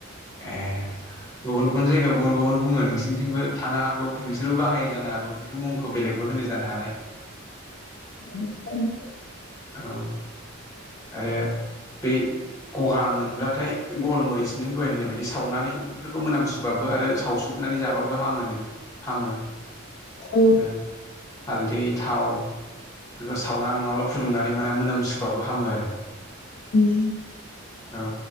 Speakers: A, on the left (about 50°); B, on the left (about 15°).
A: <inaudible>
B: ए गुबुन गुबुन जायगायाव गुबुन गुबुन बुंङो नोंसोरथिंबो थानो हागौ नोंसोरबो बाहाय जानो हागौ। मुंखौ बेलेगबो होनो जानो हानाय।
A: <unintelligible>
B: औ आरो बेै गगा मोनब्लाथाय गलमुरिसनि दहाय होननाय बायदि सावनानै बेफोरखौ मोनामसुबाबो आरो सावसुब नानै जाबाबो हामोनो। हामो
A: औ
B: ओं हालदै थाव बेफोरखौ सावना नंङाब्ला फुदुंनानै मोना मोनाम सुबुबाबो हामो आरो।
A: उम
B: औ।